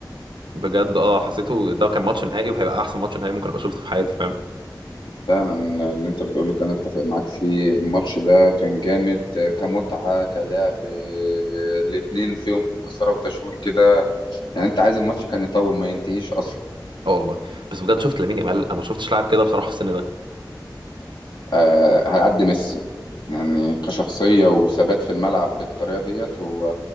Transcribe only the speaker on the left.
فعلا اللي انت بتقوله ده انا اتفق معاك فيه الماتش ده كان جامد آه، كمتعة كلعب آه، الاتنين فيهم إثارة وتشويق كده يعني انت عايز الماتش كان يطول ما ينتهيش اصلا
آه، هيعدي ميسي يعني كشخصية وثبات في الملعب بالطريقة ديت هو